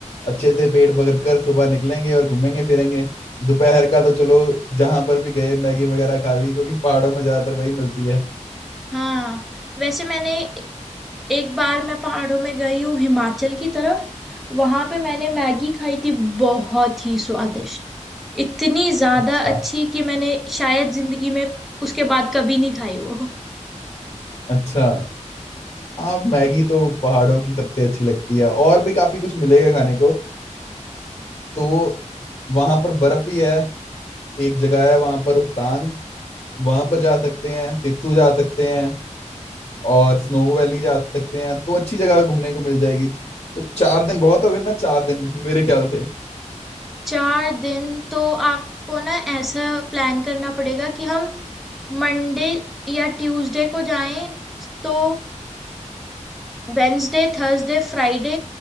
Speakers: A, on the left (about 50°); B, in the centre.
A: अच्छे से पेट भर कर सुबह निकलेंगे और घूमेंगे फिरेंगे दोपहर का तो चलो जहां पर भी गए मैगी वगैरह खा ली क्योंकि पहाड़ों में ज्यादातर वही मिलती है
B: हाँ वैसे मैंने एक बार मैं पहाड़ों में गई हूँ हिमाचल की तरफ वहां पे मैंने मैगी खाई थी बहुत ही स्वादिष्ट इतनी ज्यादा
A: अच्छा
B: अच्छी कि मैंने शायद जिंदगी में उसके बाद कभी नहीं खाई वो
A: अच्छा हाँ मैगी तो पहाड़ों की सबसे अच्छी लगती है और भी काफी कुछ मिलेगा खाने को तो वहां पर बर्फ भी है एक जगह है वहां पर रोहतांग वहां पर जा सकते हैं सिस्सू जा सकते हैं और स्नो वैली जा सकते हैं तो अच्छी जगह घूमने को मिल जाएगी तो चार दिन बहुत हो गए ना चार दिन मेरे ख्याल से
B: चार दिन तो आपको ना ऐसा प्लान करना पड़ेगा कि हम मंडे या ट्यूसडे को जाएं तो वेंसडे थर्सडे फ्राइडे